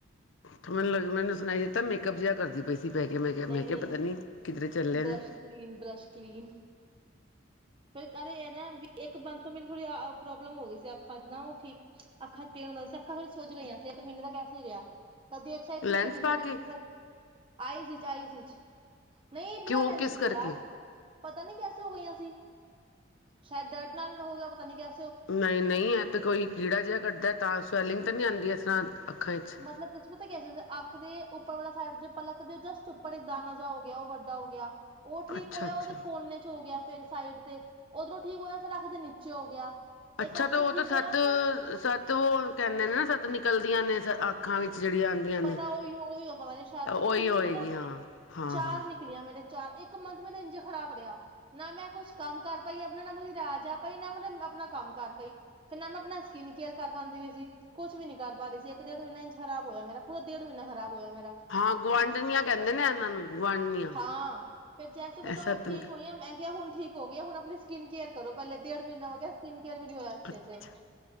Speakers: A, on the left; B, on the right.
A: ਤੇ ਮੈਨੂੰ ਲ ਮੈਨੂੰ ਸੁਣਾਈ ਦਿੱਤਾ ਮੇਕਅਪ ਜਿਹਾ ਕਰਦੀ ਪਈ ਸੀ ਪੈ ਕੇ ਮੈਂ ਕਿਹਾ ਮੈਂ
B: ਨਹੀਂ
A: ਕਿਹਾ
B: ਨਹੀਂ
A: ਪਤਾ ਨੀ ਕਿਧਰੇ ਚੱਲੇ
B: ਬਰੱਸ਼
A: ਨੇ
B: ਕਲੀਨ ਬਰੱਸ਼ ਕਲੀਨ ਫਿਰ ਕਦੇ ਇਹ ਨਾ ਵੀ ਇੱਕ ਬੰ ਤੋਂ ਮੇਰੀ ਥੋੜੀ ਪ੍ਰੋਬਲਮ ਹੋ ਗਈ ਸੀ ਅੱਖਾਂ ਚ ਨਾ ਠੀਕ ਅੱਖਾਂ ਚ ਤੇਨ ਹੁੰਦਾ ਸੀ ਅੱਖਾਂ ਥੋੜੀਆਂ ਸੁੱਜ ਗਈਆਂ ਸੀ ਇੱਕ ਮਹੀਨੇ ਦਾ ਕਸ ਰਿਹਾ ਕਦੀ ਇੱਕ ਸਈਡ
A: ਲੈਂਸ
B: ਠੀਕ ਆ ਦੂਸਰੀ
A: ਪਾ
B: ਸਈਡ
A: ਕੇ
B: ਦੂਸਰੀ ਸਈਡ ਆਈ ਜ ਚਾਈਜ਼ ਵਿੱਚ ਨਹੀਂ ਇਹ ਬਿਨਾਂ
A: ਕਿਉਂ
B: ਲੈਂਸ
A: ਕਿਸ
B: ਦੇ
A: ਕਰਕੇ
B: ਆ ਪਤਾ ਨੀ ਕੈਸੇ ਹੋ ਗਈਆਂ ਸੀ ਸ਼ਾਇਦ ਡਰਦ ਨਾਲ ਹੋ ਗਿਆ ਪਤਾ ਨੀ ਕਿਆ
A: ਨਹੀਂ ਨਹੀਂ ਇਹ ਤਾਂ ਕੋਈ ਕੀੜਾ ਜਿਹਾ ਕੱਟਦਾ ਤਾਂ ਸਵੈਲਿੰਗ ਨੀ ਆਉਂਦੀ ਇਸ ਤਰ੍ਹਾਂ ਅੱਖਾਂ 'ਚ
B: ਮਤਲਬ ਦਮ ਤਾਂ ਕਹਿ ਸਕਦਾ ਆਖਦੇ ਉੱਪਰ ਵਾਲਾ ਸਾਈਡ ਦੇ ਪਲਕ ਦੇ ਜਸਟ ਉੱਪਰ ਇੱਕ ਦਾਾਨ ਜ ਹੋ ਗਿਆ ਉਹ ਵੱਡਾ ਹੋ ਗਿਆ ਉਹ ਠੀਕ
A: ਅੱਛਾ
B: ਹੋਇਆ
A: ਅੱਛਾ
B: ਉਹਦੇ ਕੋਨੇ ਚ ਹੋ ਗਿਆ ਫਿਰ ਸਾਈਡ ਤੇ ਉਓਧਰੋਂ ਠੀਕ ਹੋਇਆ ਫੇਰ ਆਖਦੇ ਨੀਚੇ ਹੋ ਗਿਆ
A: ਅੱਛਾ
B: ਇੱਕ ਅੱਖ
A: ਤੇ
B: ਤੋਂ
A: ਉਹ
B: ਠੀਕ
A: ਤਾਂ ਸੱਤ
B: ਹੋਇਆ ਫਿਰ
A: ਸੱਤ ਉਹ ਕਹਿੰਦੇ ਨੇ ਨਾ ਸੱਤ ਨਿਕਲਦੀਆਂ ਨੇ ਅੱਖਾਂ ਵਿੱਚ ਜਿਹੜੀਆਂ ਆਉਂਦੀਆਂ ਨੇ
B: ਪਤਾ ਉਹੀ ਉਹੀ ਹੋ ਪਤਾ ਨੀ ਸ਼ਾਇਦ
A: ਉਹੀ
B: ਫਿਰ ਤਿੰਨ
A: ਹੋਏਗੀ
B: ਨਿਕਲੀਆਂ
A: ਹਾਂ ਹਾਂ
B: ਚਾਰ
A: ਹਾਂ
B: ਨਿਕਲੀਆਂ ਮੇਰੇ ਚਾਰ ਇੱਕ ਮੰਥ ਮੇਰਾ ਇੰਜ ਖ਼ਰਾਬ ਰਿਹਾ ਨਾ ਮੈਂ ਕੁਛ ਕੰਮ ਕਰ ਪਾਈ ਆਪਣਾ ਨਾ ਮ ਰਾਜ ਪਾਈ ਨਾ ਮ ਆਪਣਾ ਕੰਮ ਕਰ ਪਾਈ ਤੇ ਨਾ ਮੈਂ ਆਪਣਾ ਸਕਿਨ ਕੇਅਰ ਕਰ ਪਾਉਂਦੀ ਵੀ ਸੀ ਕੁਛ ਵੀ ਨੀ ਕਰ ਪਾ ਰਹੀ ਸੀ ਇੱਕ ਡੇਢ ਮਹੀੇ ਇੰਜ ਖ਼ਰਾਬ ਹੋਇਆ ਮੇਰਾ ਪਰਾ ਡੇਢ ਮਹੀਨਾ ਖਰਾਬ ਹੋਇਆ ਮੇਰਾ
A: ਹਾਂ ਗੁਆਂਢਣੀਆਂ ਕਹਿੰਦੇ ਨੇ ਇਹਨਾਂ ਨੂੰ ਗੁਆਂਢੀਆਂ
B: ਹਾਂ ਫਿਰ ਜੈਸੇ ਬਤਾਓ
A: ਸਤ
B: ਠੀਕ
A: ਨਿਕ
B: ਹੋਈ ਮੈਂ ਕਿਹਾ ਹੁਣ ਠੀਕ ਹੋ ਗਏ ਹੁਣ ਆਪਣੀ ਸਕਿਨ ਕੇਅਰ ਕਰੋ ਪਹਿਲੇ ਡੇਢ ਮਹੀਨਾ ਹੋ ਗਿਆ ਸਕਿੰਨ ਰ ਵੀ ਨਹੀਂ ਹੋਇਆ ਅੱਛੇ
A: ਅੱਛਾ